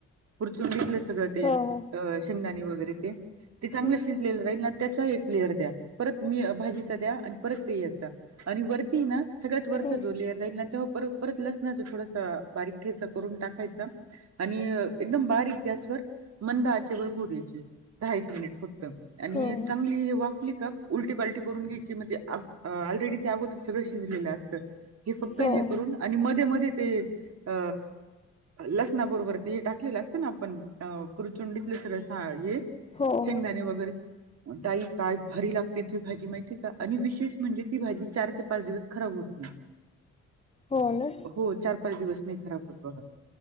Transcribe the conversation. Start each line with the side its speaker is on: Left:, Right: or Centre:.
Right: पुरचून घेतलं सगळं ते
Left: हो, हो.
Right: शेंगदाणी वगैरे ते, ते चांगलं
Left: हं,
Right: शिजलेलं राहील ना तेचा एक लेअर द्या परत मी भाजीचा द्या आणि परत ते याचा आणि वरती ना सगळ्यात वरचा
Left: हं.
Right: जो लेयर जाईल ना तो परत, परत लसणाचं थोडस बारीक ठ्यायचा करून टाकायचा. आणि एकदम बारीक गॅसवर मंद आचेवर पुरायचे दहा-एक मिनिट फक्त. आणि
Left: हो, हो.
Right: चांगली वाफली का उलटी पालटी करून घ्यायची म्हणते आप ऑलरेडी ते अगोदर सगळ शी केलं असत हे फक्त
Left: हो,
Right: हे करून
Left: हो.
Right: आणि मध्ये मध्ये ते अ लसणा बरोबर ते हे टाकलेलं असतं ना आपण पुरचुंडिकलं सगळ सा हे
Left: हो,
Right: शेंगदाणे
Left: हो.
Right: वगैरे ताई काय भारी लागते ती भाजी माहिती का आणि विशेष म्हणजे ती भाजी चार ते पाच दिवस खराब होत नाही.
Left: हो न
Right: हो चार पाच दिवस नाही खराब होत बघा